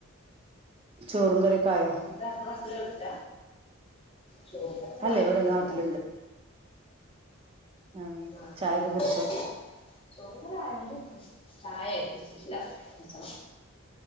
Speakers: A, on the right; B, on the left.
A: ചോറും കറിയൊക്കെ ആയോ?
B: ഇല്ല ഇങ്ങള് അങ്ങനെ ചോയ്ച്ച ചോറിതാ ഇങ്ങനെ
A: അല്ലേ
B: ആയോണ്ടിരിക്കുണു
A: ഇവിടെ നാട്ടിലുണ്ട് ആ
B: ആഹ്
A: ചായൊക്കെ
B: നല്ല
A: കുടിച്ചോ
B: മഴ ചോറ്ങ്ങനെ ആയോണ്ട് ഇര്ക്ക ചായെ കുടിച്ചിട്ടില്ല കുടിച്ചണം